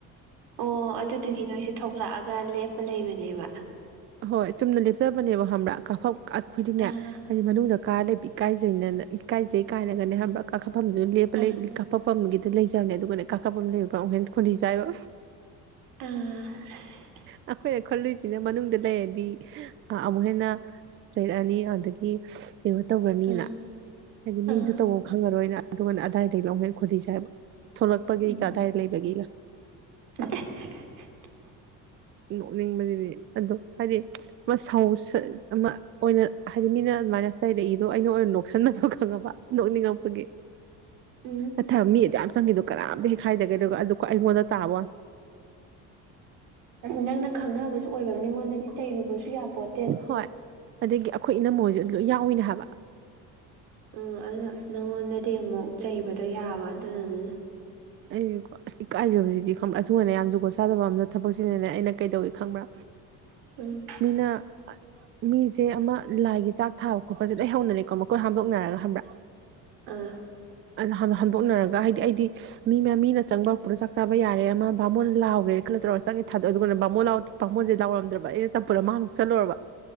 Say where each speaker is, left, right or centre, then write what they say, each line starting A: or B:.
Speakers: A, on the right (about 80°); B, on the right (about 35°).
A: ꯑꯣ ꯑꯗꯨꯗꯨꯒꯤ ꯅꯣꯏꯁꯦ ꯊꯣꯛꯂꯛꯑꯒ ꯂꯦꯞꯄ ꯂꯩꯕꯅꯦꯕ
B: ꯍꯣꯏ ꯆꯨꯝꯅ ꯂꯦꯞꯆꯕꯅꯦꯕ ꯈꯪꯕ꯭ꯔꯥ ꯀꯐ ꯑꯩꯈꯣꯏꯗꯤꯅꯦ
A: ꯑꯥ
B: ꯍꯥꯏꯗꯤ ꯃꯅꯨꯡꯗ ꯀꯥꯔ ꯂꯩꯕ ꯏꯀꯥꯏꯖꯩꯅꯅ ꯏꯀꯥꯏꯖꯩ ꯀꯥꯏꯅꯒꯅꯦ ꯈꯪꯕ꯭ꯔꯥ ꯀꯥꯈꯠꯐꯝꯗꯨꯅ ꯂꯦꯞꯄ
A: ꯑꯥ
B: ꯂꯩꯕ ꯀꯥꯈꯠ ꯄꯄꯝꯒꯤꯗꯤ ꯂꯩꯖꯕꯅꯦ ꯑꯗꯨꯒꯅ ꯀꯥꯀꯥ ꯄꯝ ꯂꯩꯡꯍꯦꯟ ꯈꯣꯂꯤ ꯆꯥꯏꯕ
A: ꯑꯥ ꯍꯤ ꯍꯤ ꯍꯤ
B: ꯑꯩꯈꯣꯏꯅ ꯈꯜꯂꯨꯏꯁꯤꯅ ꯃꯅꯨꯡꯗ ꯂꯩꯔꯗꯤ ꯑ ꯑꯃꯨꯛ ꯍꯦꯟꯅ ꯆꯩꯔꯛꯑꯅꯤ ꯑꯗꯒꯤ ꯀꯩꯅꯣ ꯇꯧꯔꯅꯤꯅ
A: ꯑꯥ
B: ꯍꯥꯏꯗꯤ ꯃꯤꯗꯨ
A: ꯑꯥ
B: ꯇꯧꯕ ꯈꯪꯉꯔꯣꯏꯅ ꯑꯗꯨꯒꯅꯦ ꯑꯗꯥꯏ ꯗꯩꯒ ꯑꯃꯨꯛ ꯍꯦꯟꯅ ꯈꯣꯟꯗꯤ ꯆꯥꯏꯕ ꯊꯣꯛꯂꯛꯄꯒꯤꯒ
A: ꯎꯝ
B: ꯑꯗꯥꯏ ꯂꯩꯕꯒꯤꯒ
A: <unintelligible>
B: ꯅꯣꯛꯅꯤꯡꯕꯁꯤꯗꯤ ꯑꯗꯣ ꯍꯥꯏꯗꯤ ꯃꯁꯛ ꯁꯥꯎ ꯑꯃ ꯑꯣꯏꯅ ꯍꯥꯏꯗꯤ ꯃꯤꯅ ꯑꯗꯨꯃꯥꯏꯅ ꯆꯩꯔꯛꯏꯗꯣ ꯑꯩꯅ ꯑꯣꯏꯅ ꯅꯣꯛꯁꯟꯅꯗꯣ ꯈꯪꯉꯕ ꯅꯣꯛꯅꯤꯡꯉꯛꯄꯒꯤ
A: ꯎꯝ
B: ꯑꯊꯕ ꯃꯤ ꯑꯗꯨ ꯌꯥꯝ ꯆꯪꯈꯤꯗ ꯀꯔꯝꯇ ꯍꯦꯛꯈꯥꯏꯗꯒꯦ ꯑꯗꯨꯒ ꯑꯗꯨꯀꯣ ꯑꯩꯉꯣꯟꯗ ꯇꯥꯕꯣ
A: ꯅꯪꯅ ꯈꯪꯅꯕꯁꯨ ꯑꯣꯏꯕ ꯃꯤꯉꯣꯟꯗꯗꯤ ꯆꯩꯔꯨꯕꯁꯨ ꯌꯥꯄꯣꯠ
B: ꯍꯣꯏ ꯑꯗꯒꯤ ꯑꯩꯈꯣꯏ ꯏꯅꯝꯃꯣꯏꯁꯨ ꯑꯗꯨ ꯌꯥꯎꯏꯤꯅꯦ ꯍꯥꯏꯕ
A: ꯎꯝ ꯑꯗꯨꯗ ꯅꯪꯉꯣꯟꯗꯗꯤ ꯑꯃꯨꯛ ꯆꯩꯕꯗꯣ ꯌꯥꯕ ꯑꯗꯨꯅꯅꯤꯅ
B: ꯑꯩ ꯑꯁ ꯏ ꯀꯥꯏꯖꯕꯁꯤꯗꯤ ꯈ ꯑꯊꯨꯒꯅꯦ ꯌꯥꯝ ꯖꯨꯒꯣꯠ ꯆꯥꯗꯕ ꯑꯝꯅ ꯊꯕꯛꯁꯤꯅꯅꯦ ꯑꯩꯅ ꯀꯩꯗꯧꯋꯤ ꯈꯪꯕ꯭ꯔꯥ
A: ꯎꯝ
B: ꯃꯤꯅ ꯃꯤꯁꯦ ꯑꯃ ꯂꯥꯏꯒꯤ ꯆꯥꯛ ꯊꯥꯕ ꯈꯣꯠꯄꯁꯦꯗ ꯍꯧꯅꯔꯦꯀꯣ ꯃꯈꯣꯏ ꯍꯥꯝꯗꯣꯛꯅꯔꯒ ꯍꯪꯕ꯭ꯔꯥ
A: ꯑꯥ
B: ꯑ ꯍꯥꯝ ꯍꯥꯝꯗꯣꯛꯅꯔꯒ ꯍꯥꯏꯗꯤ ꯑꯩꯗꯤ ꯃꯤ ꯃꯌꯥꯝ ꯃꯤꯅ ꯆꯪꯕ ꯍꯧꯔꯛꯄꯗ ꯆꯥꯛ ꯆꯕ ꯌꯥꯔ ꯑꯃ ꯕꯥꯃꯣꯟ ꯂꯥꯎꯈ꯭ꯔꯦꯅ ꯈꯜꯂ ꯇꯧꯔ ꯆꯪꯉꯦ ꯊꯥꯗꯑ ꯑꯗꯨꯒꯅ ꯕꯥꯃꯣꯟꯥꯎ ꯕꯥꯕꯣꯟꯦꯥꯎꯔꯝꯗ꯭ꯔ ꯑꯩꯅ ꯆꯝꯄꯨꯔ ꯑꯃꯥꯡ ꯆꯠꯂꯨꯔꯕ